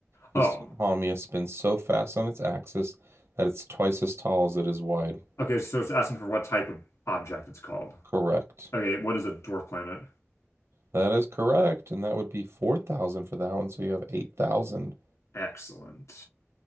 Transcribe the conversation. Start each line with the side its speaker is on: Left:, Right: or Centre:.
Right: Distant
Left: Oh.
Right: Haumea spins so fast on its axis that it's twice as tall as it is wide.
Left: Okay, so it's asking for what type of object it's called.
Right: Correct.
Left: Okay, what is a dwarf planet?
Right: That is correct, and that would be 4,000 for that one, so you have 8,000.
Left: Excellent.